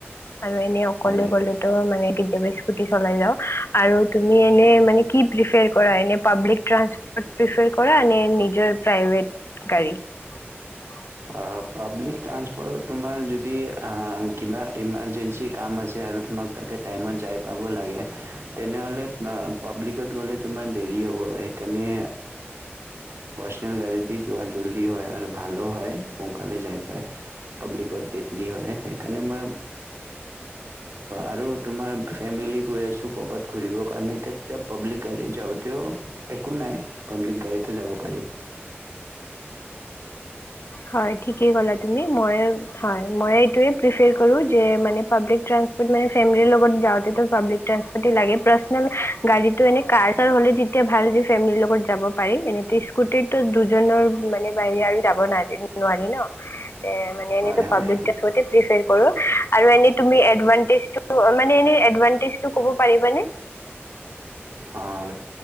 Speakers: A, on the left; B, on the right.
A: আৰু এনে অকলে
B: হয়।
A: গ'লেতো মানে কেতিয়াবা স্কুটি চলাই যাওঁ আৰু তুমি এনে মানে কি প্ৰিফেয়াৰ কৰা এনে পাব্লিক ট্ৰেঞ্চ প্ৰিফেয়াৰ কৰা নে নিজৰ প্ৰাইভেট গাড়ী ।
B: অ', পাব্লিক ট্ৰাসপৰ্টত তোমাৰ যদি কিবা ইমাৰজেঞ্চি কাম আছে আৰু তোমাক তাতে টাইমত যাই পাব লাগে তেনেহ'লে পাব্লিকত গ'লে তোমাৰ দেৰি হ'ব সেইকাৰণে পাৰ্চনেল গাড়ী দি যোৱা জল্দি হয় আৰু ভালো হয়। সোনকালে যায় পাই পাব্লিকত দেৰি হয় সেইকাৰণে মই আৰু তোমাৰ ফেমিলি গৈ আছো কবাত ঘুৰিব কাৰণে তেতিয়া পাব্লিক গাড়ীত যাওঁতেও একো নাই পাব্লিক গাড়ীতো যাব পাৰি।
A: হয় ঠিকেই কলা তুমি মই হয়। মই এইটোৱে প্ৰিফাৰ কৰো যে মানে পাবলিক ট্ৰেনচপৰ্ত মানে ফেমিলিৰ লগত যাওঁতেটো পাবলিক ট্ৰাণপৰ্ট লাগে। পাৰ্চনেল গাড়ীত টো এনে কাৰ চাৰ হলে যেতিয়া ভাল যে ফেমিলিৰ লগত যাব পাৰি এনে স্কুটিত দুজনৰ মানে বাহি আৰু যাব নাই এইবোৰ নোৱাৰি ন মানে
B: হয় হয়
A: পাব্লিক ট্ৰানসপৰ্টতে ইটো পিফিয়াৰ কৰো আৰু তুমি এনেই এদ এু <unintelligible> মানে এনে এডভানটেজটো ক'ব পাৰিবানে?
B: আহ,